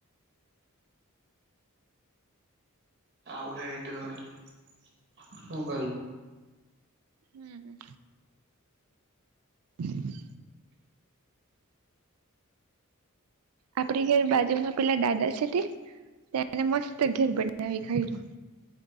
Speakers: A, on the right (about 50°); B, on the right (about 80°).
A: આવ હેટું હ હું, કર
B: હમ્મ હમ્મ આપડી ઘેર બાજુમાં પેલા દાદા છે તને મસ્ત ઘેર બનાવી ખાય્યું.